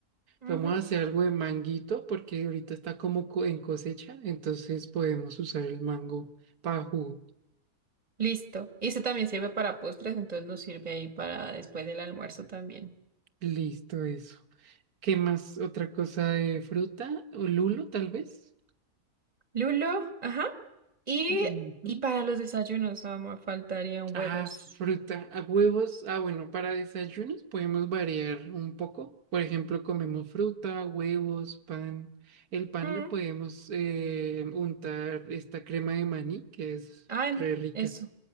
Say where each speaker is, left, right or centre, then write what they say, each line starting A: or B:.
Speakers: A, on the right; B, on the right.
A: ujú.
B: Vamos a hacer algo de manguito porque ahorita está como co- en cosecha, entonces podemos usar el mango para jugo.
A: Listo. Y eso también sirve para postres, entonces nos sirve ahí para después del almuerzo también.
B: Listo, eso. ¿Qué más? ¿Otra cosa de fruta? ¿O lulo, tal vez?
A: Lulo, ajá. Y,
B: Ujú.
A: y para los desayunos, amor, faltarían
B: Ah,
A: huevos.
B: fruta. A huevos. Ah, bueno, para desayunos podemos variar un poco. Por ejemplo, comemos fruta, huevos, pan. El pan
A: Ujú.
B: le podemos eh, untar esta crema de maní, que es
A: Ah,
B: re rica,
A: eso.